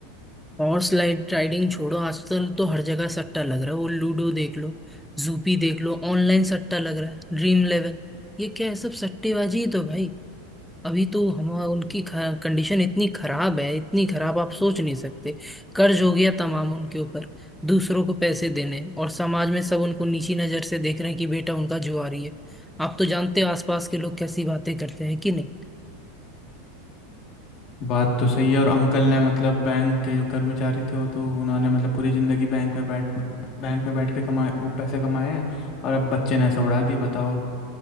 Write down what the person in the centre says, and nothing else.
हॉर्स लाइड राइडिंग छोड़ो आजकल तो हर जगह सट्टा लग रहा है वो लूडो देख लो जूपी देख लो ऑनलाइन सट्टा लग रहा है ड्रीम इलेवन ये क्या है सब सट्टेबाजी ही तो भाई अभी तो हम उनकी कंडीशन इतनी खराब है इतनी खराब आप सोच नहीं सकते कर्ज हो गया तमाम उनके ऊपर दूसरों को पैसे देने और समाज में सब उनको नीची नजर से देख रहे हैं कि बेटा उनका जुआरी है आप तो जानते हो आसपास के लोग कैसी बातें करते हैं कि नहीं